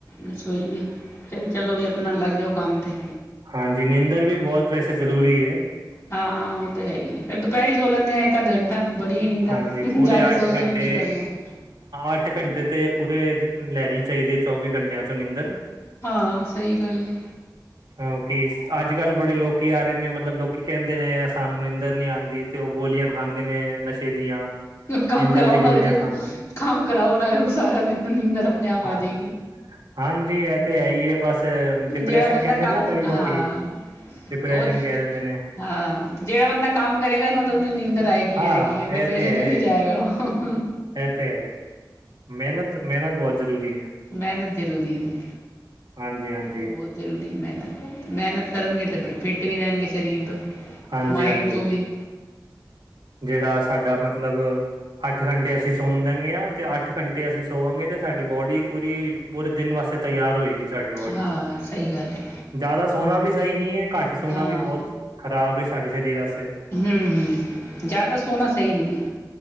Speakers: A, on the left; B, on the right.
A: ਰਸੋਈ ਏ ਫਿਰ ਚਲੋ ਵੀ ਅਪਨਾ ਲੱਗ ਜਾਓ ਕੰਮ ਤੇ।
B: ਹਾਂਜੀ! ਨਿੰਦਰ ਵੀ ਬਹੁਤ ਵੈਸੇ ਜ਼ਰੂਰੀ ਏ।
A: ਹਾਂ ਉਹ ਤਾਂ ਹੈ ਈ ਫਿਰ ਦੁਪਹਿਰੀ ਹੀ ਸੋ ਲੈਂਨੇ ਹਾਂ ਇੱਕ ਅੱਧ ਘੰਟਾ। ਬੜੀ ਈ ਨਿੰਦਰ
B: ਹਾਂਜੀ, ਪੂਰੇ
A: ਜਿਆਦਾ
B: ਅੱਠ
A: ਸੋਕੇ
B: ਘੰਟੇ
A: ਵੀ ਕੀ ਕਰਨਾ।
B: ਅੱਠ ਘੰਟੇ ਤੇ ਪੂਰੇ ਲੈਨੀ ਚਾਈਦੀ ਏ ਚੌਵੀ ਘੰਟਿਆਂ ਚੋਂ ਨਿੰਂਦਰ।
A: ਹਾਂ ਸਹੀ ਗੱਲ ਹੈ
B: ਹਾ ਕਿ ਅੱਜ ਕੱਲ੍ਹ ਬੜੇ ਲੋਕੀ ਆ ਰਹੇ ਨੇ ਮਤਲਬ ਲੋਕੀ ਕਹਿੰਦੇ ਨੇ ਸਾਨੂੰ ਨਿੰਦਰ ਨਈ ਆਂਦੀ ਤੇ ਉਹ ਗੋਲੀਆਂ ਖਾਂਦੇ ਨੇ ਨਸ਼ੇ ਦੀਆਂ
A: ਤੇ ਕੰਮ
B: ਨੀਂਦਰ
A: ਕਰਾਓ
B: ਦੀ
A: ਨਾਲੇ
B: ਗੋਲੀਆਂ
A: ਫਿਰ
B: ਖਾਂਦੇ ਨੇ
A: ਕੰਮ ਕਰਾਓੇ ਨਾਲ ਸਾਰਾ ਦਿਨ ਨਿੰਦਰ ਅਪਨੇ ਆਪ
B: ਹਾਂ,
A: ਆਜ <inaudible> <inaudible>
B: ਹਾਂਜੀ! ਇਹ ਤੇ ਹੈ, ਹੀ ਹੈ। ਬਸ ਡਿਪਰੈਸ਼ਨ
A: ਜਿਹੜਾ ਬੰਦਾ
B: ਕਹਿੰਦੇ
A: ਕੰਮ
B: ਨਾ ਕਈ ਲੋਕੀ।
A: ਹਾਂ
B: ਡਿਪਰੈਸ਼ਨ
A: ਉਹ,
B: ਕਹਿ ਦਿੰਦੇ ਨੇ
A: ਹਾਂ ਜਿਹੜਾ ਬੰਦਾ ਕੰਮ ਕਰੇਗਾ ਨਾ, ਤਾਂ ਉਹਨੂੰ ਨਿੰਦਰ ਆਏਗੀ-ਆਏਗੀ।
B: ਹਾਂ, ਇਹ
A: ਡਿਪ੍ਰੇਸ਼ਨ
B: ਤੇ ਹੈ
A: ਵਿਚ ਨੀ ਜਾਏਗਾ। ਓਹੋ
B: ਇਹ ਤੇ ਹੈ। ਮਿਹਨਤ-ਮਿਹਨਤ ਬਹੁਤ ਜ਼ਰੂਰੀ ਹੈ।
A: ਮਿਹਨਤ ਜ਼ਰੂਰੀ ਹੈ
B: ਹਾਂਜੀ-ਹਾਂਜੀ।
A: ਬਹੁਤ ਜ਼ਰੂਰੀ ਮਿਹਨਤ ਕਰਨਗੇ ਤੇ ਫੇਰ, ਫਿੱਟ ਵੀ ਰਹਿਣਗੇ ਸਰੀਰ ਤੋਂ,
B: ਹਾਂਜੀ-ਹਾਂਜੀ,
A: ਮਾਇੰਡ ਤੋਂ ਵੀ।
B: ਜਿਹੜਾ ਸਾਡਾ ਮਤਲਬ ਅੱਠ ਘੰਟੇ ਅਸੀਂ ਸੋਨ ਦੇਣ ਗੇ ਆ। ਤੇ ਅੱਠ ਘੰਟੇ ਅਸੀਂ ਸੋਵਾਂਗੇ, ਤੇ ਸਾਡੀ ਬੋਡੀ ਈ ਪੂਰੀ, ਪੂਰੇ ਦਿਨ ਵਾਸਤੇ ਤਿਆਰ ਹੋਏਗੀ। ਸਾਡੀ ਬੋਡੀ
A: ਹਾਂ, ਸਹੀ ਗੱਲ। ਹੈ
B: ਜ਼ਿਆਦਾ, ਸੋਨਾ ਵੀ ਸਹੀ ਨਹੀਂ ਹੈ। ਘੱਟ ਸੋਨਾ
A: ਹਾਂ
B: ਵੀ, ਬਹੁਤ ਖ਼ਰਾਬ ਸਾਡੇ ਸਰੀਰ ਵਾਸਤੇ।
A: ਹੂੰ- ਹੂੰ, ਜ਼ਿਆਦਾ ਸੋਨਾ ਸਹੀ ਨਹੀਂ ਹੈ।